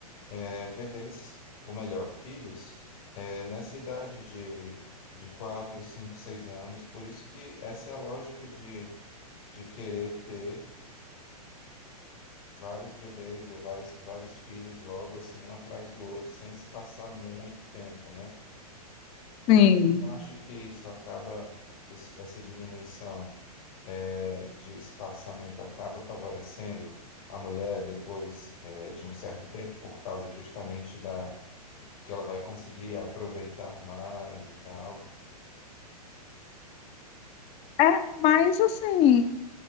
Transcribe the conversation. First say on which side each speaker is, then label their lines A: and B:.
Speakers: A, on the left (about 60°); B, on the left (about 30°).
A: é, bebês, ou melhor, filhos, é, nessa idade de, de 4, 5, 6 anos. Por isso que essa é a lógica de, de querer ter vários bebês ou vários, vários filhos logo, assim, um atrás do outro, sem se passar muito tempo, né?
B: Sim.
A: Não acha que isso acaba, esse- essa diminuição é, de espaçamento acaba favorecendo a mulher depois é, de um certo tempo, por causa justamente da que ela vai conseguir aproveitar mais e tal?
B: É, mas assim,